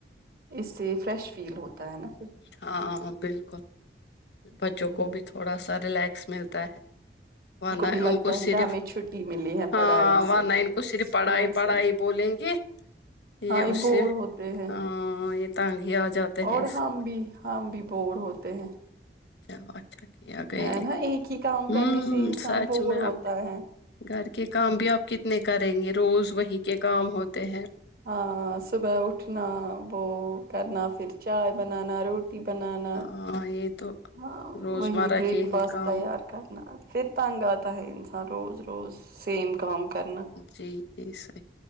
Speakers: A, on the right; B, on the left.
A: اس سے فریش فیل ہوتا ہے نا پھر
B: ہاں بالکل بچوں
A: ہوں،
B: کو بھی تھوڑا سا ریلیکس ملتا ہے ورنہ
A: بھی لگتا
B: ان کو
A: ہے
B: صرف
A: کہ ہمیں چھٹی ملی ہے
B: ہاں
A: پڑھائی
B: ورنہ
A: سے اسکول
B: ان کو صرف پڑھائی پڑھائی
A: سے
B: بولیں گے یہ
A: ہاں
B: اس
A: بور
B: سے
A: ہوتے ہیں
B: ہاں یہ ٹانگی آ جاتے ہیں
A: اور
B: اس
A: ہم
B: سے
A: بھی ہم بھی بور ہوتے ہیں
B: چلو اچھا کیا گئے
A: ہے نا ایک ہی کام
B: ہوں
A: کرنے سے انسان
B: سچ
A: بور
B: میں
A: ہوتا
B: آپ
A: ہے
B: گھر کے کام بھی آپ کتنے کریں گے روز وہی کے کام ہوتے ہیں
A: ہاں صبح اٹھنا وہ کرنا پھر چائے بنانا روٹی روٹی بنانا
B: ہاں یہ تو
A: ہاں
B: روزمرہ
A: وہی بریک
B: کے
A: فاسٹ
B: ہی کام
A: تیار کرنا پھر تنگ آتا ہے انسان روز روز سیم کام کرنا
B: جی جی صحیح